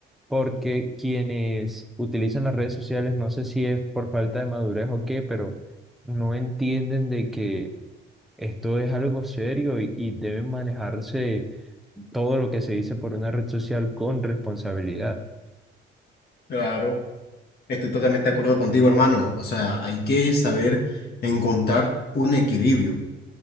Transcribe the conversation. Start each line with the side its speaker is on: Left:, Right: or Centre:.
Centre: porque quienes utilizan las redes sociales, no sé si es por falta de madurez o qué, pero no entienden de que esto es algo serio y, y debe manejarse todo lo que se dice por una red social con responsabilidad.
Left: Claro, estoy totalmente de acuerdo contigo, hermano. O sea, hay que saber encontrar un equilibrio,